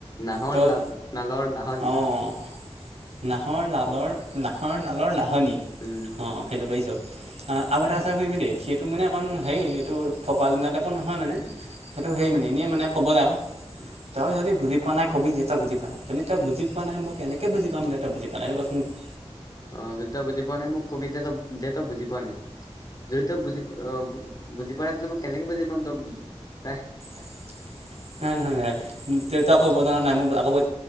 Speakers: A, on the left; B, on the right.
A: নাহৰ
B: তই
A: লা নালৰ নাহৰী
B: অঁ নাহৰ লালৰ নাহৰ নালৰ নাহনি,
A: উম
B: অ সেইটো পাৰিছো। আ আৰু এটা আছে শুনিবি দেই সেইটো মানে অকণ হেৰী এইটো ফকৰা যোজনা টাইপৰ নহয় মানে সেইটো হেৰী মানে এনেই মানে ক'বলে আৱ,
A: উম
B: তই যদি বুজি পোৱা নাই কবি যে তই বুজি পোৱা নাই যদি তই
A: উম
B: বুজি পোৱা নাই মই কেনেকে কেনেকে বুজি পাম যে তই বুজি পোৱা নাই এইটো কচোন বাৰু
A: অ, যদি তই বুজি পোৱা নাই মোক কবি তেয যে তই বুজি পোৱা নাই। যদি তই বুজি আহ বুজি পোৱা ন মই কেনেকে বুজি পাম তই
B: <unintelligible> নহয় নহয় নহয় ত তই ক'ব জনা নাই মই আকৌ কৈ